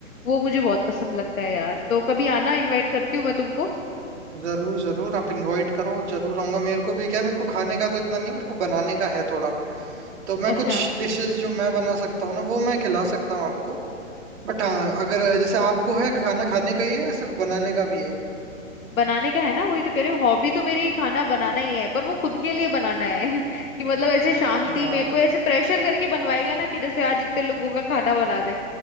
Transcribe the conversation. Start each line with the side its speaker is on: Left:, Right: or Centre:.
Left: वो मुझे बहुत पसंद लगता है यार तो कभी आना इनवाइट करती हूँ मैं तुमको
Right: जरूर जरूर आप इनवाइट करो जरूर आऊंगा मेरे को भी क्या है, मेरे को खाने का तो इतना नहीं मेरे को बनाने का है थोड़ा तो मैं
Left: अच्छा
Right: कुछ डिशेस जो मैं बना सकता हूँ ना वो मैं खिला सकता हूँ आपको बट हाँ अगर
Left: हम्म
Right: जैसे आपको है खाना खाने का ही है या सिर्फ बनाने का भी है
Left: बनाने का है ना वही तो कह रही हूँ हॉबी तो मेरी खाना बनाना ही है पर वो खुद के लिए बनाना है <laughs> कि मतलब ऐसे
Right: अच्छा
Left: शांति में कोई ऐसे प्रेशर करके बनवाएगा ना कि जैसे आज इतने लोगों का खाना बना दे